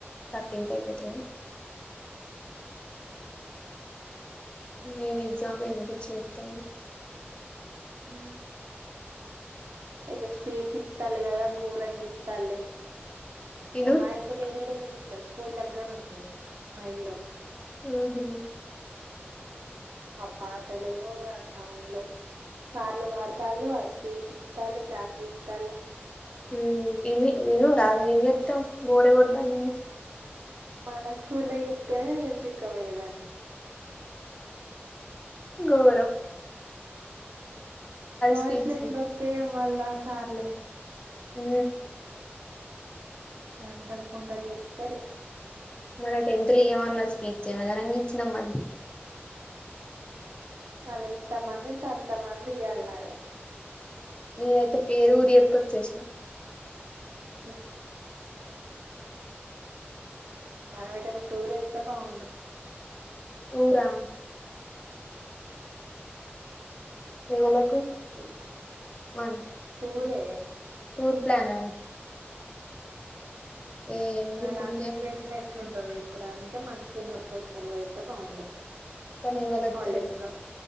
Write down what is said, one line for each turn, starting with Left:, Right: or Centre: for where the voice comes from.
Left: థర్టీన్త్ అయిపోతంది ఏం ఎగ్జామ్లో ఏమో పిచిలేస్తంది
Right: ఉ ఇక స్పీచ్ ఇత్త అల ఎద గఊరంగ ఇత్త అలి
Left: ఇను
Right: అమాయకు లేడీడ పెట్టిలు స్కూల్ దగ్గర ఉంది మా ఇల్లు
Left: ఉహు
Right: ఆ పాటలు ఆ సౌండ్లు సార్లు వాడతళ్ళ ఆల్ స్పీచ్ ఇత్తలు క్లాసులు ఇతాళ్ళ
Left: ఊ ఇని ఇని రాది ఏం ఎత్తం బోరె కొడుతన్నే
Right: మన స్కూల్లో చెప్తేనే నేం పీక ఒయేదాన్ని
Left: గోరం
Right: వాయిస్
Left: స్పీచ్లు
Right: లు ఎట్ల వతే మళ్ల్ళ సార్లే
Left: ఊ
Right: గంటల్ పొంటల్ చెప్తరు
Left: మన టెన్త్ ల ఇయ్వమన్నారు స్పీచ్ ఏమనగని ఇచ్చినమది
Right: మళ్ళ ఎంత మంది ఉంటే అంత మంది ఇయ్యళన్నాయే
Left: నేనైతే పేరు ఊరి ఎప్పు వచ్చేసినయ్
Right: స మనం ఎటన టూర్ ఎతె బాగుండు
Left: టురా ఎవలకు
Right: అవు
Left: వన్
Right: ఊరే
Left: టూర్ ప్లానా ఏ
Right: మరి
Left: ఇప్పుడు
Right: నా సిచ్యువేషన్ ఎట్లుంటది ఇప్పుడు అందుకే మంచిగున్నప్పుడు ఒకసర్వ్ అయితే బాగుండు
Left: పనేవ్వల్లోత్తరు
Right: హాలిడేస్ లో